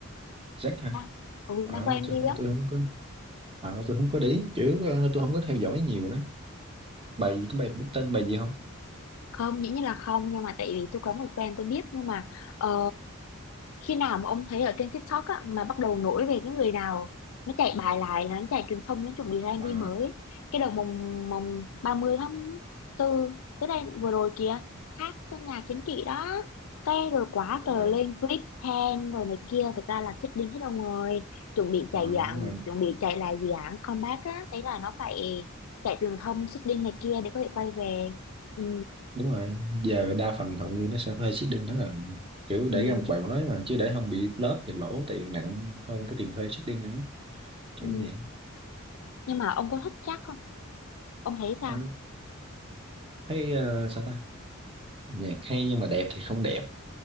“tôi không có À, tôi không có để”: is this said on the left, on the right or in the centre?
Right